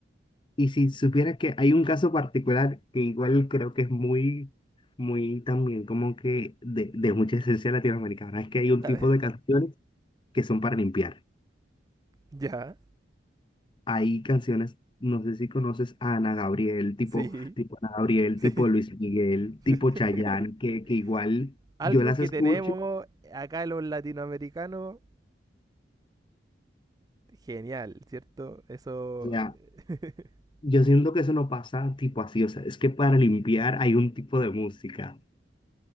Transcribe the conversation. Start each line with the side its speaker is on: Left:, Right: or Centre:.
Left: Y si supieras que hay un caso particular que igual creo que es muy, muy también como que de, de mucha esencia latinoamericana, es que hay un
Right: A
Left: tipo
Right: ver,
Left: de canciones que son para limpiar.
Right: <laughs> ya,
Left: Hay canciones, no sé si conoces a Ana Gabriel, tipo,
Right: sí,
Left: tipo Ana Gabriel,
Right: sí.
Left: tipo Luis Miguel, tipo
Right: <laughs>
Left: Chayanne, que, que igual
Right: Algo
Left: yo las
Right: que
Left: escucho,
Right: tenemos acá los latinoamericanos, genial, ¿cierto? Eso,
Left: o sea,
Right: <laughs>
Left: yo siento que eso no pasa tipo así, o sea, es que para limpiar hay un tipo de música